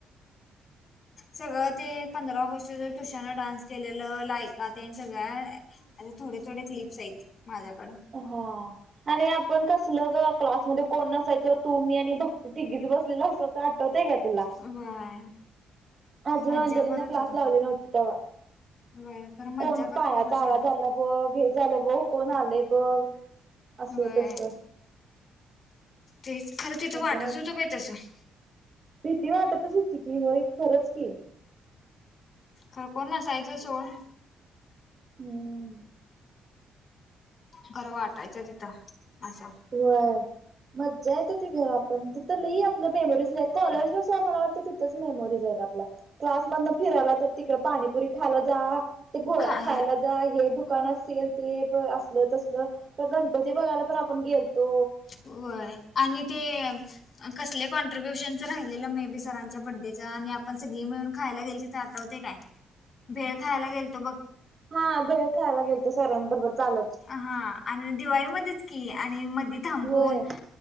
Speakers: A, on the right; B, on the left.
A: ह
B: सगळं ते पंधरा ऑगस्ट तुषान डान्स केलेलं लायकाात सगळ्या आताे थोडे थोडे क्लिप्स आहेत माझ्याकडं.
A: हो आणि आपण कसलं गं क्लासमध्ये कोण असायच तू मी आणि भक्ती तिघीच बसलेलं अस आठवतय का्य तुला?
B: व्हय.
A: अजून
B: मज्जा
A: अंजलीने
B: करत
A: क्लास
B: होतो
A: लावली नव्हती तेव्हा
B: व्हय खरं मज्जा
A: कोणा
B: करत
A: पायाचा
B: होतो
A: आवाज
B: सोड
A: आलंय.. बघ हे झालं बघ कोण आलेय बघ अस
B: व्हय
A: तस.
B: तेच खरं
A: हसून
B: तिथं वाटच
A: हसून
B: होतं बा तसं.
A: भीती वाटतच होती की हो खरंच की.
B: खरपोर नसाईचं सोड.
A: हम्म.
B: खरं वाटायचं तिथं असं.
A: वय मज्जा येत हो त घर आपण तिथं लई - मेमोरीज कॉलेज ज मला वाटतं तिथंच मेमोरीज आहेत आपल्या क्लासमधन फिरायला तर तिकडे पाणीपुरी खायला जा ते गोळा
B: वडा
A: खायला जा हे दुकान असेल ते प असलं तसल. तर गणपती बघायला पण आपण गेलतो.
B: वय आणि ते कसले पण कॅन्ट्रीबुशन राहिलं मे बी सरांच्या बड्डेचं आणि आपण सगळी मिळून खायला गेल तिथे आठवते काय? भेळ खायला गेल तो बघ.
A: हा भेळ खायला गेलतो सरांबरोबर चालत.
B: हा आणि दिवाळीमध्येच की आणि मध्येच थांबून
A: होय